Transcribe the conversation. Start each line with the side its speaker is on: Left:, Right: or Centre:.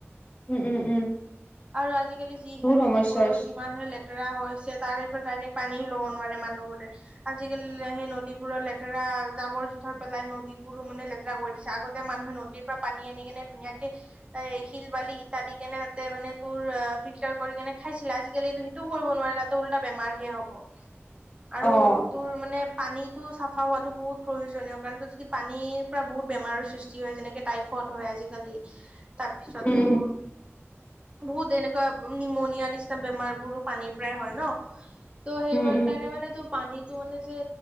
Left: উম, উম, উম।
Right: আৰু আজিকালি যিহে
Left: বহুত
Right: নদীবোৰো
Left: সমস্যা হৈছে
Right: যিমানহে লেত <unintelligible> হৈছে তাৰে পৰা ডাইৰেক্ট পানীও ল'ব নোৱাৰে মানুহবোৰে আজিকালি সেই নদী বোৰত লেতেৰা জাবৰ জোথৰ পেলাই নদী বোৰো মানে লেতেৰা কৰি দিছে আগতে মানুহে নদীৰ পৰা পানী আনি কিনে ধুনীয়াকে এ, শিল বালি <unintelligible> কিনে তাতে মানে <unintelligible> ফিল্টাৰ কৰি কেনে খাইছিলে আজিকালিতো সেইটোও কৰিব নোৱাৰে তাতে উল্টা বেমাৰহে হ'ব। আৰু
Left: অ',
Right: তোৰ মানে পানীতো চাফা হোৱাটো বহুত প্ৰয়োজনীয় কাৰণ যদি পানীৰ পৰা বহুত বেমাৰৰ সৃষ্টি হয় যেনেকে টাইফইড হয় আজিকালি, তাৰপিছত
Left: উম,
Right: তোৰ বহুত এনেকুৱা নিমনিয়া নিচিনা বেমাৰবোৰো পানীৰ পৰাই হয় ন'। ত' সেইবোৰত
Left: উম, উম,
Right: কাৰণে মানে ত পানীটো মানে যে